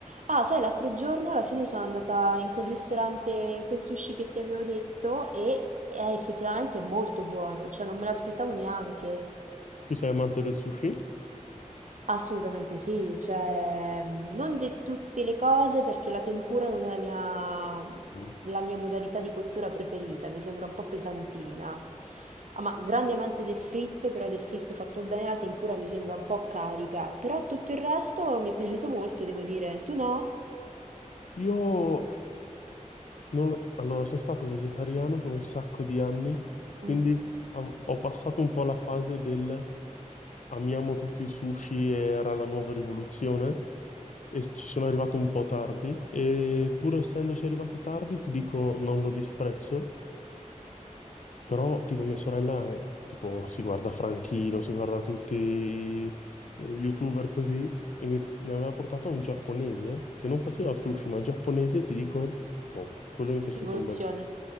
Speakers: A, on the right (about 70°); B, on the left (about 70°).
A: Ah, sai, l'altro giorno alla fine sono andata in quel ristorante, in quel sushi che ti avevo detto e è effettivamente molto buono, cioè non me l'aspettavo neanche.
B: Tu sei amante del sushi?
A: Assolutamente sì, cioè mm, non di tutte le cose perché la tempura non è la mia,
B: Mhm.
A: la mia modalità di cottura preferita, mi sembra un po' pesantina. Ah, ma grande amante del fritto, però del fritto fatto bene, la tempura mi sembra un po' carica, però tutto il resto mi è piaciuto molto, devo dire. Tu no?
B: Io non lo- Allora, sono stato vegetariano per un sacco di anni, quindi
A: Mm.
B: av- ho passato un po' la fase del amiamo tutti i sushi e era la nuova rivoluzione e ci sono arrivato un po' tardi e pur essendoci arrivato tardi ti dico non lo disprezzo Però, tipo, mia sorella è- tipo, si guarda Franchino, si guarda tutti i YouTuber così, e mi, ne aveva portato un giapponese che non faceva sushi, ma giapponese, ti dico, top. Quello mi è piaciuto
A: Rivoluzione:
B: un bel po'.